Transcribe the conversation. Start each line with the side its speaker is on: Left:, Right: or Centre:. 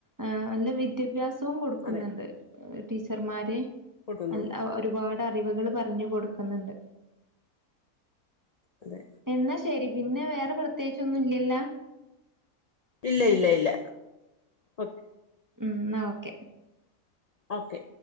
Right: ആ നല്ല വിദ്യാഭ്യാസവും കൊടുക്കുന്നുണ്ട്
Left: അതെ
Right: ടീച്ചർമാര്.
Left: കൊടുക്കുന്നുണ്ട്
Right: അൽ ആ ഒരുപാട് <unintelligible> അറിവു കള് പറഞ്ഞു കൊടുക്കുന്നുണ്ട്.
Left: അതെ
Right: എന്നാ ശരി. പിന്നെ വേറെ പ്ര ത്യേകിച്ചൊന്നും ഇല്ലല്ലാ?
Left: ഇല്ല ഇല്ല ഇല്ല ഓകെ.
Right: ഉം എന്നാ ഓക്കെ.
Left: ഓക്കെ.